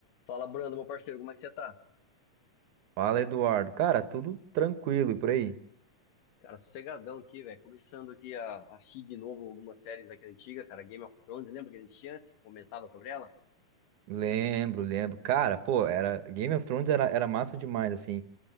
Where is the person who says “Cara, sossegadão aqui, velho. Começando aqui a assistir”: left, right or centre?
Left